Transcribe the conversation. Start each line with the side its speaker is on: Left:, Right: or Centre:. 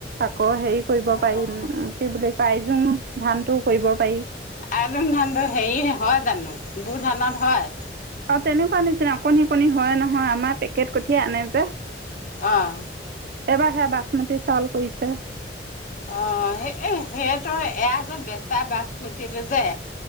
Right: আকৌ হেৰি কৰিব
Left: অ'।
Right: পাৰিম কি বুলি প্ৰায়জোং ধানটো কৰিব পাৰি।
Left: আইজুং ধানটো হেৰি হয় জানো, বু ধানত হয়?
Right: অ তেনেকুৱা নিচিনা অকণি অকণি হয় নহয় আমাৰ পেকেট কঠিয়াই আনে যে।
Left: অঁহ
Right: এবাৰ সেয়া বাচমতী চাউল কৰিছে
Left: অ স এ সেইটো এয়া যে বেচা বাচমতিটো যে,